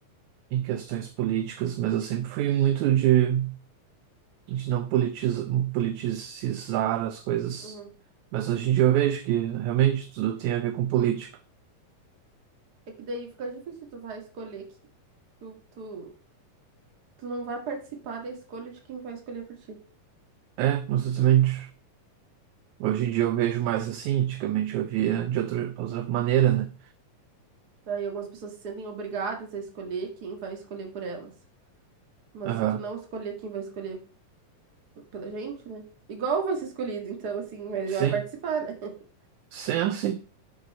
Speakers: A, on the right (about 80°); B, on the right (about 35°).
A: em questões políticas, mas eu sempre fui muito de a gente não politiza, politizar as coisas.
B: uhum.
A: Mas hoje em dia eu vejo que realmente tudo tem a ver com política.
B: É que daí fica difícil, tu vai escolher que tu, tu, tu não vai participar da escolha de quem vai escolher por ti.
A: É, exatamente. Hoje em dia eu vejo mais assim, antigamente eu via de outra, outra maneira, né?
B: Aí algumas pessoas se sentem obrigadas a escolher quem vai escolher por elas. Mas
A: Aham.
B: se tu não escolher quem vai escolher p- pela gente, né? Igual vai ser escolhido, então assim, melhor
A: Sim,
B: participar, né? <laughs>
A: sim, é assim.